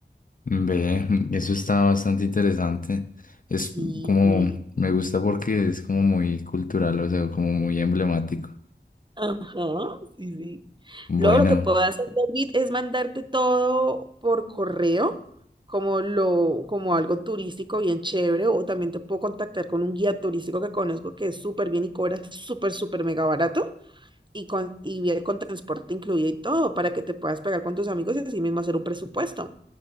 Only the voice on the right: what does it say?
Sí,
y-
ajá, sí, sí.
Luego lo que puedo hacer, David, es mandarte todo por correo, como lo, como algo turístico bien chévere, o también te puedo contactar con un guía turístico que conozco que es súper bien y cobra súper, súper mega barato, y con, y viene con transporte incluido y todo, para que te puedas pegar con tus amigos y así mismo hacer un presupuesto.